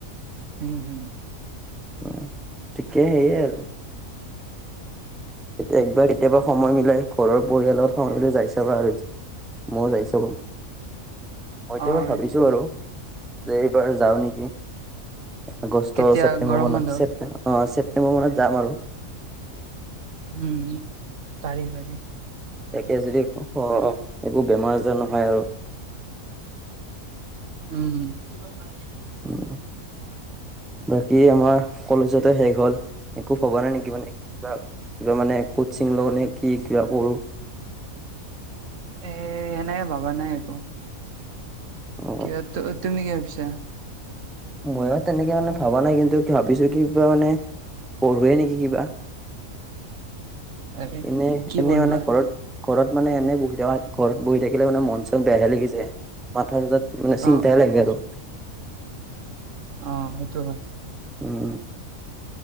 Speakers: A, on the right (about 65°); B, in the centre.
A: হম, উম।
B: অ', ঠিকে সেইয়ে আৰু। একবাৰ, কেতিয়াবা সময় মিলাই ঘৰৰ পৰিয়ালত সময় মিলাই যাই ছাবা আৰু। মইয়ো যাই আছো ব'ল। মইতো
A: অ
B: এইবাৰ ভাবিছো
A: আচ্ছা
B: বাৰু যে এইবাৰ যাওঁ নেকি? আগষ্ট
A: কেতিয়া
B: ছেপটেম্বৰ
A: গৰম
B: মানত
A: বন্ধ
B: ছেপ অ ছেপটেম্বৰ মানত যাম আৰু।
A: উম, পাৰি পাৰি।
B: তাকে যদি একো বেমাৰ আজাৰ নহয় আৰু
A: উম।
B: উ বাকী আমাৰ কলেজতে শেষ হ'ল। একো ভবা নাই নেকি মানে কিবা কিবা মানে কচিং ল ন কি কিবা কৰঢ়ো
A: এ এনেকে ভবা নাই একো
B: অ
A: কিবা তুমি কিয় পিছা
B: ময় তেনেকে মানে ভবা নাই কিন্তু ভাবিছো কি কিবা মানে পঢ়োৱে নেকি কিবা
A: এ
B: এনে
A: কি
B: এনে
A: বলবা
B: মানে ঘৰত ঘৰত মানে এনে বহি থকা ঘৰত বহি থাকিলে মানে মন চন বেয়াহে লাগি যায় এনে মথাৰ ত মানে
A: অ',
B: চিন্তা লাগে
A: অ',
B: আৰু
A: অ সেইটোুৱ
B: উম